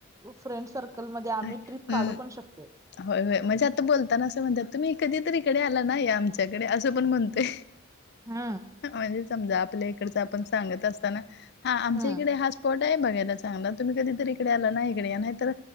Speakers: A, on the right; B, on the left.
A: फ्रेंड सर्कलमध्ये आम्ही
B: हम्म.
A: ट्रिप काढू पण शकतोय
B: होय, होय म्हणजे आता बोलताना असं म्हणतात तुम्ही कधीतरी इकडे आला ना या आमच्याकडे असं पण म्हणतोय
A: ह
B: म्हणजे समजा आपल्या इकडच आपण सांगत असताना हा आमच्या
A: हम्म
B: इकडे हा स्पोट आहे बघायला चांगला तुम्ही कधी तर इकडे आला ना इकडे नाही तर